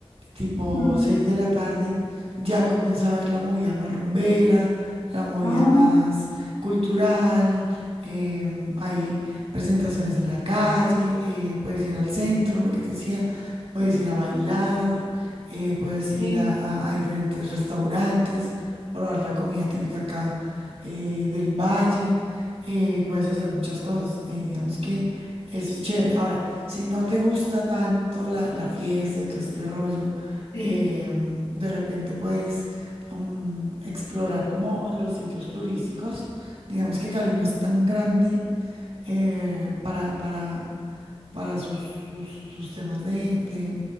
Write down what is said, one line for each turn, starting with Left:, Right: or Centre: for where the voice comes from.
Right: tipo
Left: mm.
Right: 6 de la tarde, ya comienza a ver la movida más rumbera, la movida
Left: Ah,
Right: más cultural, eh, hay presentaciones en la calle, eh, puedes ir al centro, lo que te decía, puedes ir a bailar, eh, puedes ir
Left: sí,
Right: a, a- a diferentes restaurantes, probar la comida típica acá eh, del valle, eh, puedes hacer muchas cosas, eh, digamos que... Eso es chévere. Ahora, si no te gusta tanto la, la fiesta y todo este rollo,
Left: sí,
Right: eh, de repente puedes mm, explorar como los sitios turísticos. Digamos que Cali no es tan grande eh, para, para, para sus, sus, sus temas de, de,